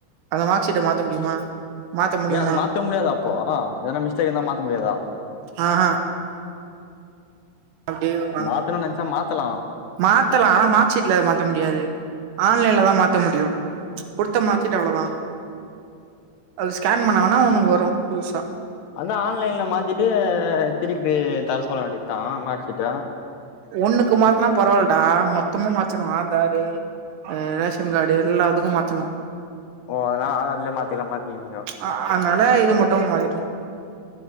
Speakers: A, on the right (about 75°); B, on the left (about 75°).
A: அந்த மார்க் ஷீட்ட மாத்த முடியுமா மாத்த முடியுமா
B: ஏ அத மாத்த முடியாதா அப்போ ஏதனா மிஸ்டேக் இருந்த மாத்த முடியாதா
A: ஆஹ அப்டியே வாங்க
B: மாத்தணும்னு நெனச்சா மாத்தலாம்
A: மாத்தலா ஆனா மார்க் ஷீட்ல மாத்த முடியாது ஆன்லைன்லதா மாத்த முடியு குடுத்த மார்க் ஷீட்டு அவ்ளோதா அது ஸ்கேன் பண்ணா வேணா உனக்கு வரும் புதுசா
B: அதா ஆன்லைன்ல மாத்திட்டு திருப்பி தர சொல்ல வேண்டியதுதா மார்க் ஷீட்ட
A: ஒன்னுக்கு மாத்துனா பரவாயில்லடா மொத்தமு மாத்தனு ஆதாரு அ ரேஷன் கார்டு எல்லாத்துக்கு மாத்தனு
B: ஓ அதனால ஆதார்லயே மாத்திக்லானு மாத்தீகினிங்கோ
A: அ அதனால இது மட்டு மாத்திட்டோ